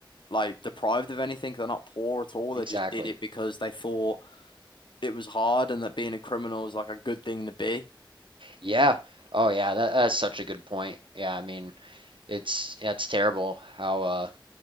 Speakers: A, on the left (about 65°); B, on the right (about 70°).
A: like deprived of anything. They're not poor at all.
B: Exactly.
A: They just did it because they thought it was hard and that being a criminal is like a good thing to be.
B: Yeah. Oh yeah, that, that's such a good point. Yeah, I mean, it's that's terrible how uh